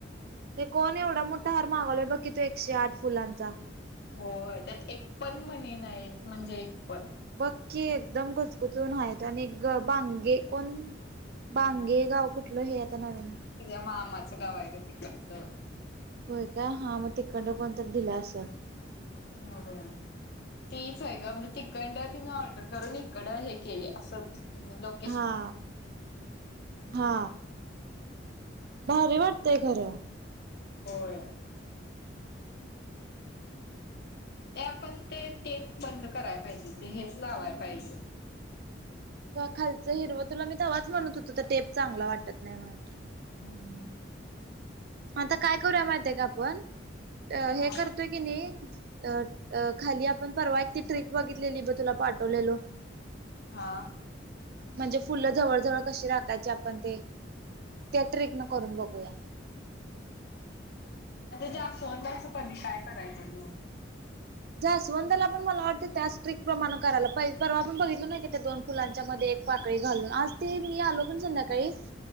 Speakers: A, on the right; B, on the left.
A: ते कोण एवढा मोठा हार मागवलाय बघ की तो एकशे आठ फुलांचा.
B: हो त्यात एक पण मनी नाही म्हणजे एक पण.
A: बक्की एकदम घुचघुसून हयेत आणि एक बांगे कोण. बांगे गाव कुठलं हे आता नवीन.
B: तीझ्या मामाचं गावायचं आहे तिकडचं.
A: होय का हा मग तिकडण कोणी तर दिला अस.
B: हा ह <inaudible> तीच आहे ग म्हणजे तिकंड तिं ऑर्डर करून इकडं हे केले असंच म्हणजे नको
A: हा. हा भारी वाटतय खरं.
B: होय. ते आपण ते टेप बंद कराय पाहिजे, ते हेच लावाय पाहिजे
A: खालचं हिरव तुला तवाच म्हणत होतो तर टेप चांगला वाटत नाही म्हणून.
B: हम्म.
A: आता काय करूया माहित आहे का आपण
B: हा
A: हे करतोय की नई अ अ खाली आपण परवा एक ती ट्रिक बघितलेली बघ तुला पाठवलेलो.
B: हा.
A: म्हणजे फुलं जवळ जवळ कशी राखायची आपण ते त्या ट्रिक न करून बघूया.
B: जास्वंदाचे पाणी काय करायचं ग.
A: जास्वंदाला मला आवटतय त्याच ट्रिक प्रमाणे करायला पाहिजे परवा आपण बघितलो ना की त्या दोन फुलांच्या मध्ये एक पाकळी घालून आज ते मी आलो पण संध्याकाळी